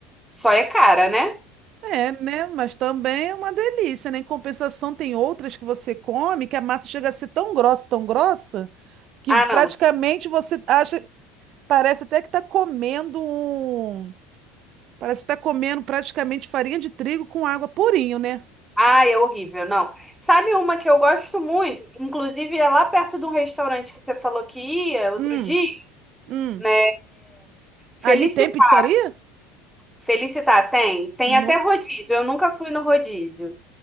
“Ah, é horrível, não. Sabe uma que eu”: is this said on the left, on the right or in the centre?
Centre